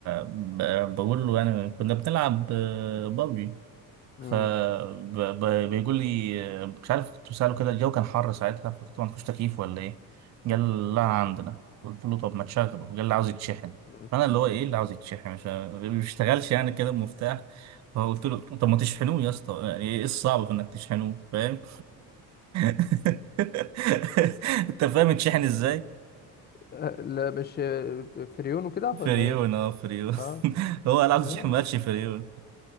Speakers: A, on the right; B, on the left.
A: ب- بقول له يعني كنا بنلعب آه، بابجي
B: مم.
A: فبيقول لي آه، مش عارف كنت بسأله كده الجو كان حر ساعتها فقلت له ما عندكوش تكييف ولا ايه؟ قال لا عندنا قلت له طب ما تشغله قال اللي عاوز يتشحن
B: آه.
A: فانا اللي هو ايه اللي عاوز يتشحن مش ما بيشتغلش يعني كده بمفتاح فقلت له طب ما تشحنوه يا اسطى يعني ايه الصعب في انك تشحنوه فاهم؟ <laughs> انت فاهم يتشحن ازاي؟
B: آه. لا مش آه، فريون وكده ولا
A: فريون
B: ايه
A: اه فريون
B: اه
A: <laughs> هو قال عاوز
B: فريون.
A: يشحن ما قالش فريون